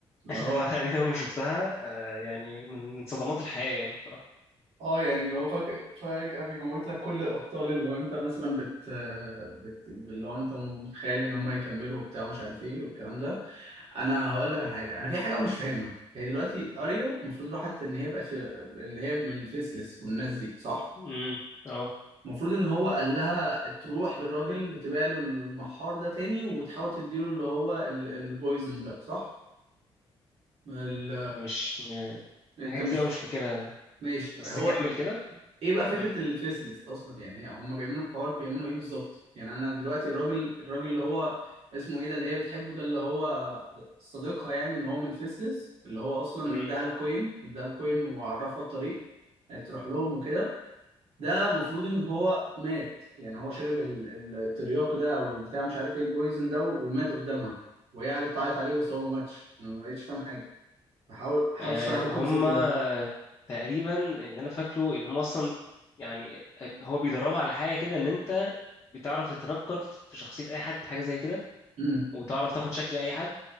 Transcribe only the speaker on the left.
الحلقة
دي أنا لما شفتها آه، يعني من من صدمات الحياة يعني بصراحة
امم اه
مش م...
حاجات
كتير أوي مش فاكرها
بس
كمل كده
امم
امم
آه،
هما
تقريبا اللي أنا فاكره إن هما أصلا يعني آه، هو بيدربها على حاجة كده إن أنت بتعرف تتنكر في شخصية أي حد حاجة زي كده
وتعرف تاخد شكل أي حد